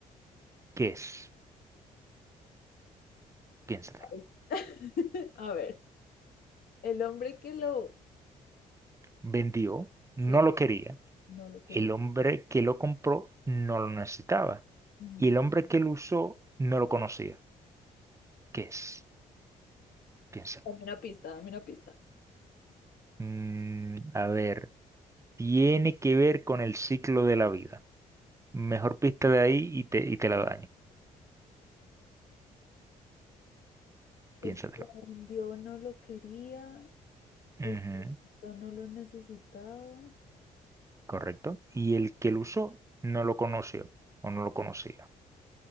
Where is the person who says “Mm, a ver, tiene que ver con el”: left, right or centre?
Right